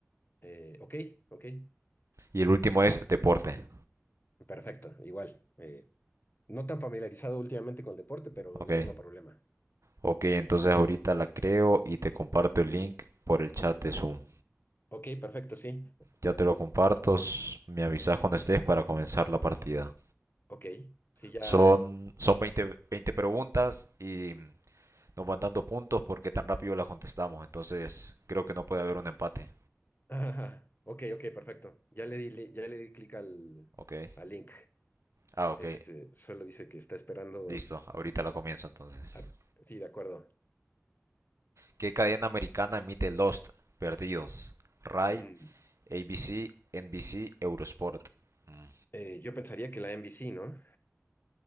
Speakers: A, on the left (about 45°); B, on the right (about 80°).
A: Eh, ok, ok,
B: Y el último es deporte.
A: perfecto, igual. Eh, no tan familiarizado últimamente con el deporte, pero
B: Ok,
A: no tengo problema.
B: ok, entonces ahorita la creo y te comparto el link por el chat de Zoom.
A: Ok, perfecto, sí.
B: Ya te lo comparto, me avisas cuando estés para comenzar la partida.
A: Ok, sí, ya.
B: Son, son veinte veinte preguntas y nos van dando puntos porque tan rápido las contestamos. Entonces creo que no puede haber un empate.
A: Ajá. Ok, ok, perfecto. Ya le di, li- ya le di clic al,
B: Ok.
A: al link.
B: Ah, ok.
A: Este, solo dice que está esperando.
B: Listo, ahorita la comienzo entonces.
A: a- Sí, de acuerdo.
B: ¿Qué cadena americana emite Lost, Perdidos, Rai,
A: Um,
B: ABC, NBC, Eurosport? Mm,
A: eh, yo pensaría que la NBC, ¿no?